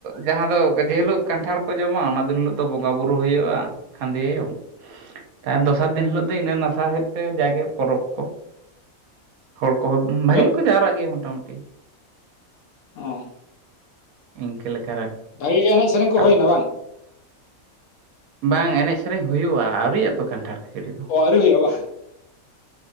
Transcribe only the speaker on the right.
ᱡᱟᱦᱟᱸ ᱫᱚ ᱡᱮ ᱦᱤᱞᱳᱜ ᱠᱟᱱᱴᱷᱟᱲ ᱠᱚ ᱡᱚᱢᱟ ᱚᱱᱟ ᱫᱤᱱ ᱦᱤᱞᱳᱜ ᱫᱚ ᱵᱚᱸᱜᱟᱼ ᱵᱩᱨᱩ ᱦᱩᱭᱩᱜᱼᱟ ᱠᱷᱟᱸᱫᱤ ᱟᱭᱳ ᱟᱨ ᱫᱚᱥᱟᱨ ᱫᱤᱱ ᱦᱤᱞᱳᱜ ᱫᱚ ᱤᱱᱟᱹ ᱱᱟᱥᱟᱲ ᱦᱮᱫ ᱛᱮ ᱡᱟᱜᱮ ᱯᱚᱨᱚᱵᱽ ᱠᱚ ᱦᱚᱲ ᱠᱚᱦᱚᱸ
ᱵᱷᱟᱹᱜᱤ
ᱜᱮ ᱠᱚ ᱡᱟᱣᱨᱟᱜ ᱜᱮᱭᱟ ᱢᱚᱴᱟᱢᱩᱴᱤ
ᱤᱱᱠᱟᱹ ᱞᱮᱠᱟ
ᱟᱨ
ᱵᱟᱝ ᱮᱱᱮᱡ ᱥᱮᱨᱮᱧ ᱦᱩᱭᱩᱜᱼᱟ ᱟᱹᱨᱤ ᱟᱛᱚ ᱠᱟᱱᱴᱷᱟᱲ ᱠᱷᱟᱹᱡᱟᱹᱲᱤ ᱫᱚ